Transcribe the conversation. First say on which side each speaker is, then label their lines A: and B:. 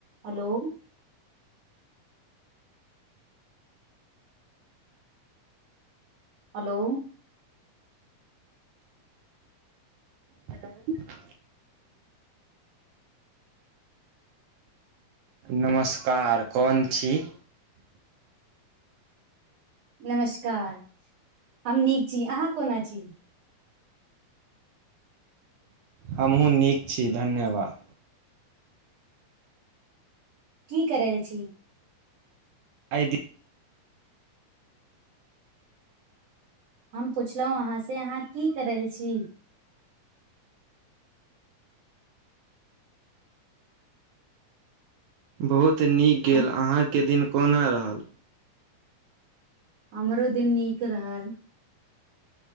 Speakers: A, on the right; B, on the right.
A: Hello hello
B: hello <inaudible> नमस्कार कोन छी
A: नमस्कार हम नीक छी अहाँ कोना छी
B: हमहूँ नीक छी धन्यवाद
A: की करैल छी
B: आय दी <unintelligible>
A: हम पुछलौं अहाँसँ अहाँ की करल छी
B: बहुत नीक गेल
A: हम
B: अहाँके दिन कोना रहल
A: हमरो दिन नीक रहल